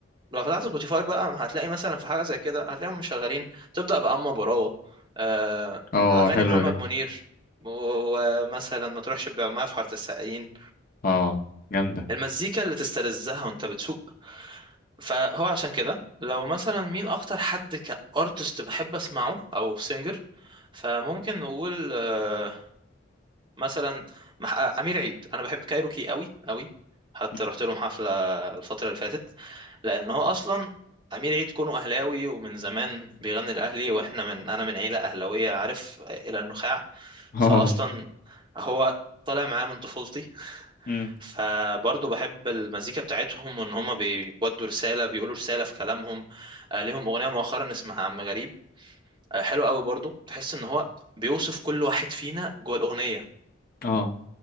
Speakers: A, on the right; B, on the left.
A: لو فتحت سبوتيفاي بقى هتلاقي مثلا في حاجة زي كده هتلاقيهم مشغلين تبدأ بأما براوة آه،
B: اه
A: أغاني
B: حلوة
A: محمد
B: دي
A: منير و- ومثلا ما تروحش بعماية في حارة السقايين
B: اه جامدة
A: المزيكا اللي تستلذها وانت بتسوق فهو عشان كده لو مثلا مين اكتر حد كارتست بحب اسمعه او سينجر فممكن نقول آه، مثلا مح- آه، امير عيد انا بحب كايروكي قوي قوي حتى
B: مم.
A: رحت لهم حفله الفتره اللي فاتت لان هو اصلا امير عيد كونه اهلاوي ومن زمان بيغني الاهلي واحنا من انا من عيله اهلاويه عارف الى النخاع
B: <laughs>
A: فاصلا
B: اه
A: هو طالع معاه من طفولتي
B: امم
A: فبرضه بحب المزيكا بتاعتهم وان هما بيودوا رسالة بيقولوا رسالة في كلامهم آه، ليهم أغنية مؤخرا اسمها عم غريب آه، حلو قوي برضه تحس ان هو بيوصف كل واحد فينا جوه الأغنية
B: اه